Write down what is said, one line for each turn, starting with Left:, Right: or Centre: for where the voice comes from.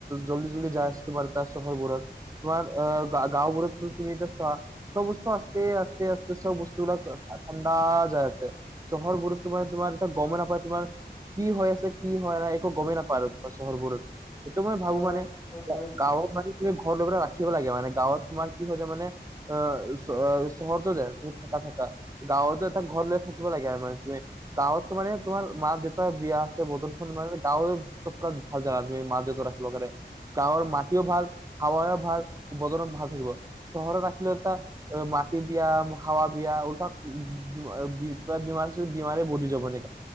Right: জল্দি জল্দি যায় আছে, তোমাৰ তাত চহৰবোৰত। তোমাৰ অঁ গাঁওবোৰত তুমি এতিয়া চোৱা। চব বস্তু আস্তে, আস্তে, আস্তে চব বস্তুবিলাক ঠাণ্ডা যায় আছে। চহৰবোৰত তোমাৰ, তোমাৰ গমেই নাপায় তোমাৰ, কি হৈ আছে, কি হোৱা নাই, একো গমেই নাপায় আৰু তোমাৰ চহৰবোৰত। সেইটো মই ভাবো
Left: অ
Right: মানে,
Left: হয় হয়
Right: গাঁৱত মানে তুমি ঘৰ লৈ পেলাই ৰাখিব লাগে। মানে গাঁৱত তোমাৰ কি হয় হৈছে মানে অ চহৰটো দে, তুমি থাকা থাকা। গাঁৱতো এটা ঘৰ লৈ থাকিব লাগে, আমাৰ গাঁৱত। মানে তোমাৰ মা -দেউতাই বিয়া আছে, বতলখন মানে গাঁৱে চব ভাল জাগা তুমি মা- দেউতা ৰাখিব কাৰণে। গাঁৱৰ মাটিও ভাল, হাৱাও ভাল, উপাদনো ভাল থাকিব, চহৰত ৰাখিলে তা অ মাটি বিয়া, হাৱা বিয়া, উলটা কিবা বেমাৰ আছে যদি বেমাৰে বনি যাব নে?